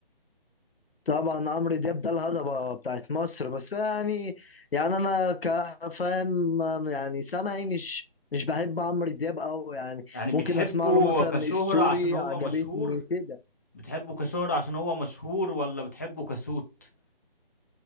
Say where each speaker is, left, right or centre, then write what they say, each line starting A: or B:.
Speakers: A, on the left; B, on the left.
A: طبعا عمرو دياب ده الهضبة بتاعت مصر بس يعني يعني أنا كفاهم يعني سامعي مش مش بحب عمرو دياب قوي يعني
B: يعني بتحبه
A: ممكن أسمع له مثلا
B: كشهرة
A: ستوري
B: عشان هو
A: عجبتني
B: مشهور
A: كده
B: بتحبه كشهرة عشان هو مشهور ولا بتحبه كصوت